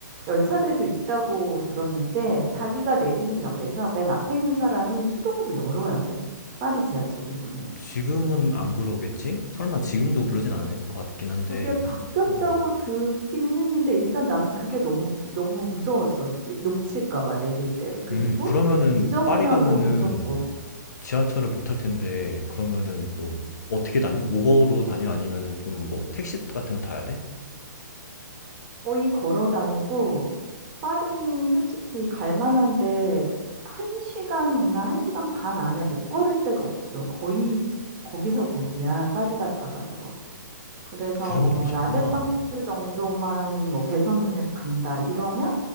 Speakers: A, on the right; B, on the left.
A: 열차들도 있다고 들었는데, 자기가 내리는 역에서 맨 앞에 있는 사람이 수동으로 열어야 돼. 파리 지하철은 문을.
B: 지금은 안 그러겠지? 설마 지금도 그러진 않을 것 같긴 한데.
A: 그게 바뀌었다고
B: 어, 어.
A: 듣기는 했는데, 일단 나는 그게 너무, 너무 무서웠어. 이- 놓칠까 봐, 내릴 때를. 그리고
B: 음, 그러면은
A: 지저분하고
B: 파리 가면은
A: 무섭고.
B: 지하철을 못 탈 텐데 그러면은 뭐
A: 음.
B: 어떻게 다녀? 우버로 다녀? 아니면은 좀 뭐 택시 같은 걸 타야 돼?
A: 거의 걸어 다니고, 파리 솔직히 갈 만한데, 한 시간이나 한 시간 반 안에 못 걸을 데가 없어. 거의 거기서 거기야, 파리가 작아서. 그래서
B: 그 정도로
A: 뭐,
B: 잡구나.
A: 라데팡스 정도만 뭐, 개선문에서 간다, 이러면